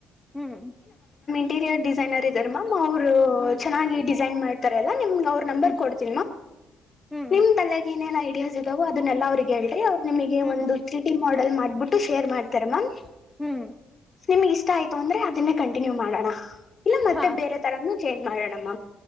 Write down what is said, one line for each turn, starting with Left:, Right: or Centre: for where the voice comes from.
Centre: ಹ್ಮ್
Left: ಇಂಟೀರಿರ್ ಡಿಸೈನರ್ ಇದರಮ್ಮಾಮ ಅವರು
Centre: ಹ್ಮ್
Left: ಚೆನ್ನಾಗಿ ಡಿಸ ಜನ್ ಮಾಡ್ತಾರಲ್ಲ ನಿಮ್ ನರ್
Centre: ಹ್ಮ್
Left: ಕೊಡ್
Centre: ಹ್ಮ್
Left: ನಿ ತ ಐಡಿಯಾ ಇದಾವ ಅದನ್ನಲ್ಲ ಅವ್ರರಿಗೆ ಹೇಳ ಅವ್ರು ನಿಮಗೆ
Centre: ಹ್ಮ್
Left: ಒಂದು ಚೀಟಿ ಮಾಡ ಮಾಡ್ಬಿಟ್ಟು ಶೇರ್ ಮಾಡ್ತಾರೆ ಮ್ಯಾಮ್
Centre: ಹ್ಮ್
Left: ನಿಮ್ಗ್ ಇಷ್ಟ ಆಯ್ತು ಅಂದ್ರೆ ಅದನ್ನೇ ಕಂಟಿನ್ಯೂ ಮಾಡೋಣ ಇಲ್ಲ ಮತ್ತೆ
Centre: ಹಾ
Left: ಬೇರೆ ತರಾನ ಚೇಂಜ್ ಮಾಡೋಣಮ್ಮ